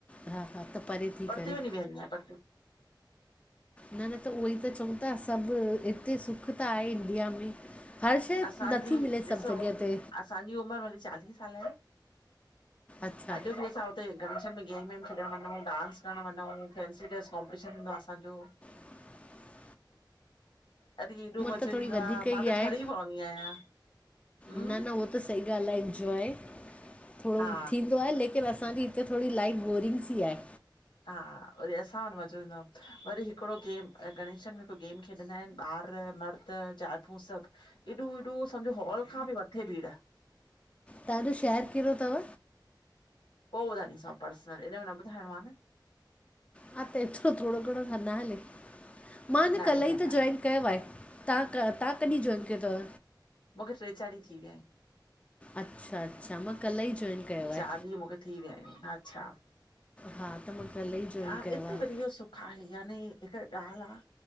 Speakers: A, on the left (about 15°); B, on the left (about 85°).
A: हा हा त परे थी
B: परते
A: करे
B: वनी विहंदी आयां परते।
A: न न त उहोई त चऊं था सभु हिते सुख त आहे इंडिया में। हर शइ
B: असांजी
A: नथी मिले
B: ॾिसो
A: सभु जॻह ते
B: असांजी उमर वरी चालीह साल आहे।
A: अच्छा
B: अॼ बि असां हुते गणेशन में गेम वेम खेॾण वञूं डांस करण वञफऊं फैंसी ड्रेस कॉम्पिटिशन हूंदो आ असांजो।
A: ?
B: अरे एॾो मज़ो
A: त थोरी
B: ईंदो
A: वधीक
B: आ
A: ई
B: मां त
A: आहे
B: ठरी पवंदी आहियां। हम्म
A: न न उहो त सही ॻाल्हि आएभ इंजॉय। थोङो
B: हा
A: थींदो आहे लेकिन असांजी हिते थोड़़ी लाइफ बोरिंग सी आए।
B: हा वरी असां वट मज़ो ईंदो आ वरी हिकड़ो गेम गणेश में हिक गेम खेॾंदा आहिन ॿार मर्द ज़ाइफ़ूं सभ एॾो एॾो सम्झो हॉल खां बि मथे भीड़।
A: तांजो शेहर केड़ो थव?
B: पो ॿुधाईंदसांव पर्सनल इन में न ॿुधाइणो आ न।
A: हा त एतरो थोड़ो घणो न हले मां अना
B: न
A: कल
B: ईअं
A: ई त
B: न
A: जाॅइन कयो आए। तां क तां कॾी जॉइन कयो थव?
B: मुखे टे चार ॾींहं थी विया आहिन।
A: अचछा अच्छा मां कल ई जोइन कयो आहे।
B: चार ॾींहं मूंखे थी विया आहिनि अच्छा
A: हा त मां कल्ह ई जॉइन
B: आ
A: कयो
B: इते
A: आहे
B: वधी सुख आहे यानी हिक ॻाल्ह आ